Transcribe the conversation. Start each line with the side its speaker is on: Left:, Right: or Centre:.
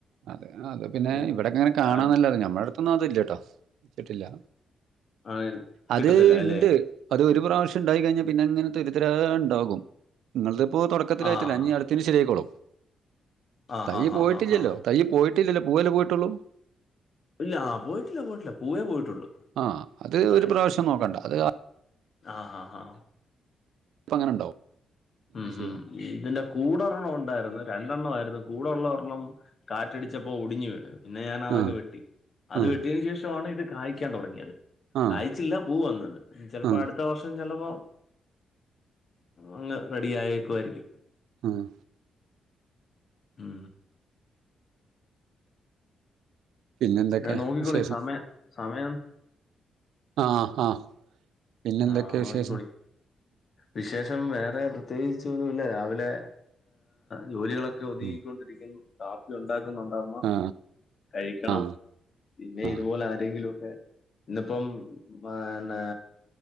Right: അതെ അതെ പിന്നെ
Left: ഏ,
Right: ഇവടിങ്ങനെ കാണാന്നല്ലത്
Left: കാ
Right: ഞമ്മടടു ന്നാതില്ലട്ടോ വച്ചിട്ടില്ല
Left: ആ,
Right: അത്
Left: കിട്ടത്തില്ല അല്ലേ
Right: ഇണ്ട് അത് ഒരു പ്രാവശ്യം ഇണ്ടായി കഴിഞ്ഞാ പിന്നെ ഇങ്ങനെ തുരുതുരാ ഇണ്ടാകും. നിങ്ങളതിപ്പോ തുടക്കത്തിലായിട്ടില്ല
Left: ആഹ്
Right: ഇനി അടു തെൻ ശെരിയായിക്കൊളും.
Left: ആഹ്
Right: തൈ
Left: ആഹ്
Right: പോയിട്ടില്ലല്ലോ
Left: ആഹ് ആഹ് ആഹ്
Right: തൈ പോയിട്ടില്ലല്ലോ പൂവേല്ലേ പോയിട്ടുള്ളൂ
Left: ഇല്ല ആ പോയിട്ടില്ല പോയിട്ടില്ല. പൂവേ പോയിട്ടുള്ളൂ
Right: ആ ആ അത്
Left: താഴെ
Right: ഒരു പ്രാവശ്യം നോക്കണ്ട അത്
Left: ആഹ് ആഹ് ആഹ്.
Right: അപ്പ അങ്ങന ഇണ്ടാവും പിന്നെ
Left: ഉം ഹം
Right: ശരിയാവും.
Left: ഇതിന്റെ കൂടൊർണ്ണം ഒണ്ടായിര്ന്ന് രണ്ടെണ്ണവാരുന്നു കൂടൊള്ളോർണ്ണം കാറ്റടിച്ചപ്പോ ഒടിഞ്ഞു വീണു പിന്നെ ഞാൻ അതങ്ങ്
Right: ആ.
Left: വെട്ടി അത്
Right: ആ.
Left: വെട്ടിയതിന് ശേഷമാണ് ഇത് കായ്ക്കാൻ തുടങ്ങിയത്
Right: ആ.
Left: കായിച്ചില്ല പൂ വന്നത് ചിലപ്പോ
Right: ആ.
Left: അടുത്ത അത്ത വർഷം ചിലപ്പോൾ അങ്ങ് റെഡി ആയേക്കുവായിരിക്കും.
Right: ആഹ്
Left: ഉം
Right: പിന്നെ എന്തൊക്കെ
Left: ഞാൻ നോക്കിക്കോളി
Right: വിശേഷം
Left: സമയം സമയം
Right: ആഹ്ആഹ്പിന്നെ
Left: ആ
Right: എന്തൊക്കെ
Left: നോക്കിക്കോളി
Right: വിശേഷം
Left: വിശേഷം വേറെ പ്രത്യേകിച്ച് ഒന്നുല്ല രാവിലെ ജോലികളൊ ക്കെ ഒതുങ്ങിക്കൊണ്ടിരിക്കുന്നു
Right: ഉം
Left: കാപ്പി ഉണ്ടാക്കുന്നുണ്ടമ്മ
Right: ആ
Left: കഴിക്കണം
Right: ആ
Left: പിന്നെ
Right: ആ
Left: ഇതുപോലെ ആരെങ്കിലും ഒക്കെ ഇന്ന്പ്പം മന്നേ